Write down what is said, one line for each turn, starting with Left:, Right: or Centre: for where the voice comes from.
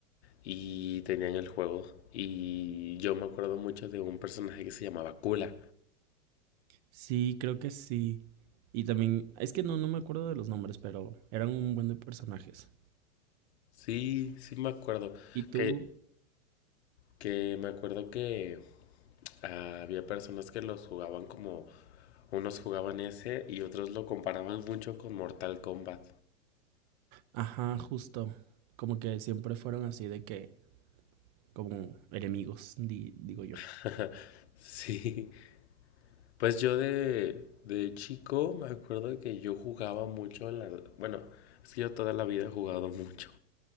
Left: Y tenían el juego. Y yo me acuerdo mucho de un personaje que se llamaba Kula.
Right: Sí, creo que sí. Y también, es que no, no me acuerdo de los nombres, pero eran un buen de personajes.
Left: Sí, sí me acuerdo.
Right: Y tú,
Left: Que, que me acuerdo que ah, había personas que los jugaban como... Unos jugaban ese y otros lo comparaban mucho con Mortal Kombat.
Right: ajá, justo, como que siempre fueron así de que, como enemigos, di- digo yo.
Left: <laughs> Sí. Pues yo de, de chico me acuerdo que yo jugaba mucho, la- bueno, es que yo toda la vida he jugado mucho.